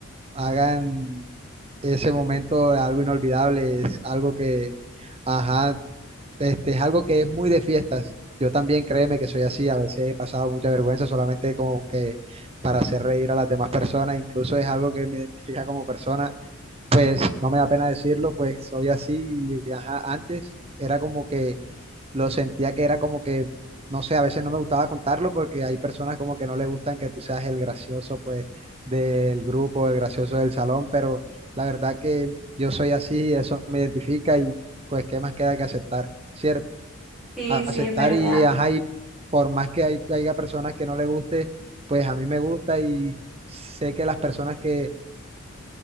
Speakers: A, on the right; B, in the centre.
A: hagan ese momento algo inolvidable, es algo que, ajá, este, es algo que es muy de fiestas. Yo también créeme que soy así, a veces he pasado mucha vergüenza solamente como que para hacer reír a las demás personas, incluso es algo que me identifica como persona pues no me da pena decirlo, pues soy así y ajá, antes era como que lo sentía que era como que, no sé, a veces no me gustaba contarlo porque hay personas como que no le gustan que tú seas el gracioso pues del grupo, el gracioso del salón, pero la verdad que yo soy así, eso me identifica y pues qué más queda que aceptar, ¿cierto?
B: sí,
A: A- Aceptar
B: sí es verdad.
A: y ajá, y por más que hay, haya personas que no le guste, pues a mí me gusta y sé que las personas que